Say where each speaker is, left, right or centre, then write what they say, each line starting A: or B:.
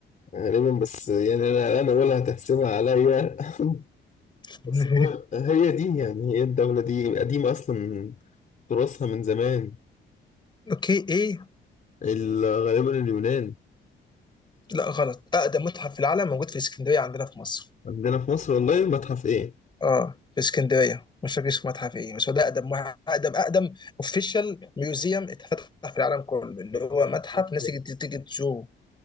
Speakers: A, on the left (about 40°); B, on the left (about 25°).
A: غالبا بس يعني انا انا ولا هتحسبها عليا <laughs>
B: <laughs>
A: بس هو هي دي يعني هي الدولة دي قديمة أصلا تراثها من زمان
B: اوكي ايه
A: ال- غالبا اليونان
B: لا غلط اقدم متحف في العالم موجود في اسكندريه عندنا في مصر
A: عندنا في مصر والله متحف إيه؟
B: اه في اسكندريه مش فاكر اسمه متحف ايه بس هو ده اقدم واحد- اقدم اقدم اوفيشال ميوزيوم اتفتح في العالم كله اللي
A: طب
B: هو
A: فاكر
B: متحف
A: متحف
B: ناس
A: إيه؟
B: تيجي تيجي تزوره